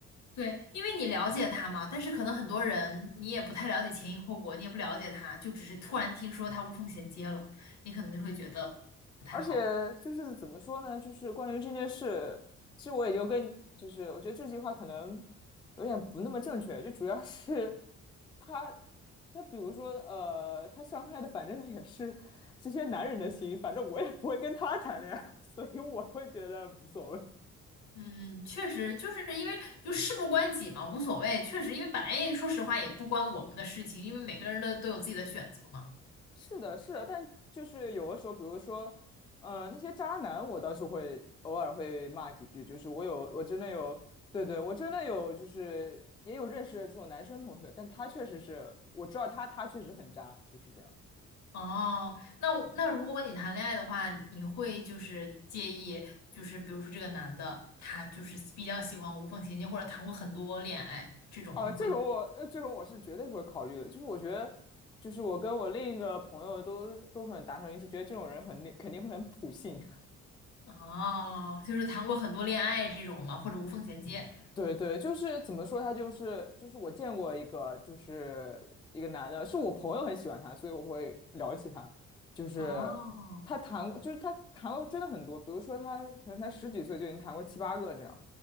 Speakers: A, on the left; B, on the left.
A: 对，因为你了解他嘛，但是可能很多人你也不太了解前因后果，你也不了解他，就只是突然听说他无缝衔接了，你可能就会觉得不太好。
B: 而且就是怎么说呢，就是关于这件事，其实我也就跟就是我觉得这句话可能有点不那么正确，就主要是她她比如说呃，她伤害的反正也是这些男人的心，反正我也不会跟他谈恋爱，所以我会觉得无所谓。
A: 嗯，确实就是因为就事不关己嘛，无所谓。确实，因为本来也说实话也不关我们的事情，因为每个人的都有自己的选择嘛。
B: 是的，是的，但就是有的时候，比如说，嗯、那些渣男，我倒是会偶尔会骂几句，就是我有，我真的有，对对，我真的有，就是也有认识的这种男生同学，但他确实是，我知道他，他确实很渣，就是这样。
A: 哦，那我那如果你谈恋爱的话，你会就是介意，就是比如说这个男的他就是比较喜欢无缝衔接，或者谈过很多恋爱这种，
B: 啊、
A: 你会
B: 这种我，呃这种我是绝对不会考虑的，就是我觉得，就是我跟我另一个朋友都都很达成一致，觉得这种人很肯定会很普信。
A: 哦，就是谈过很多恋爱这种嘛，或者无缝衔接？
B: 对对，就是怎么说，他就是就是我见过一个，就是一个男的，是我朋友很喜欢他，所以我会聊起他。就是他谈过，
A: 哦
B: 就是他谈过真的很多，比如说他可能才十几岁就已经谈过七八个这样，